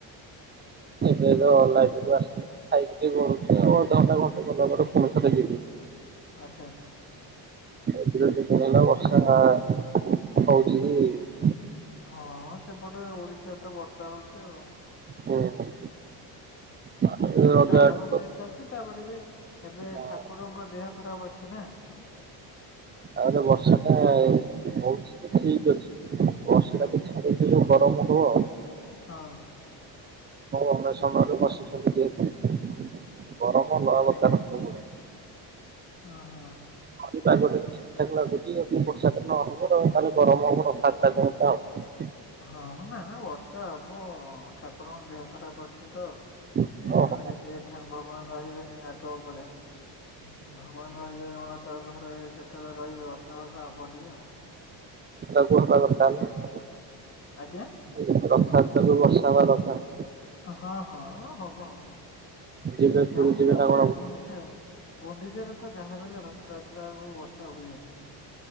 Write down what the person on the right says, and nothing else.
ସେ ଲାଇଫ ଆ <unintelligible> ଖାଇକି ଟିକେ ଗଡୁଚି ଆଉ। ଅଧ ଘଣ୍ଟା ଘଣ୍ଟେ ଗଲା ପରେ ପଇସା <unintelligible>
<unintelligible> <unintelligible> ହଉଚି ବି।
ହୁଁ ମାନେ ରଜ
ଆଡକୁ
ହଁ
ଆଉଲେ ବର୍ଷା ଟେ ହଉ ଠିକ୍ ଅଛି। ବର୍ଷା ଟାକୁ ଛାଡିଦେଲେ ଯଉ ଗରମ ହବ।
<unintelligible> <unintelligible> ଗରମ ନୂଆ ବର୍ତ୍ତମାନ ହଉନାହିଁ।
ଏ ପାଗ ଟା ଟିକେ ଠିକ୍‌ ଠାକ୍ ଲାଗୁଚି ଯଦି ବର୍ଷାଟା ନ ହବ ଆଉ ତାହେଲେ ଗରମ ହବ ରଥଯାତ୍ରା ପାଇଁ। <unintelligible>
ହବ।
<unintelligible>
ଏଇ ରଥଯାତ୍ରା କୁ ବର୍ଷା ହବା ଦରକାର୍।
ଯିବେ
ପୁରୀ ଯିବେ
ନା
କଣ?